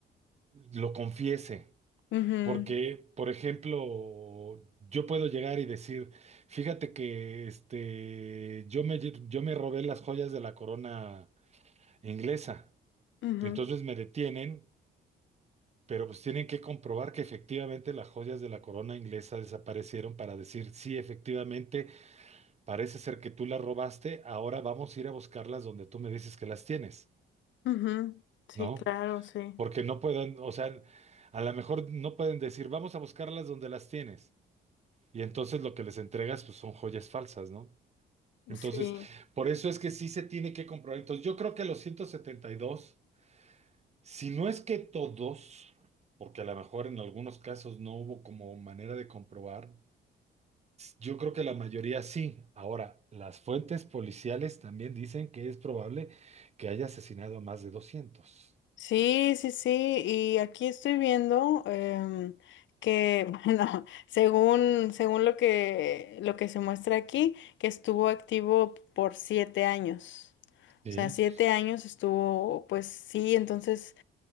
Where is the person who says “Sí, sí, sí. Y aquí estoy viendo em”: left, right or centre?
Left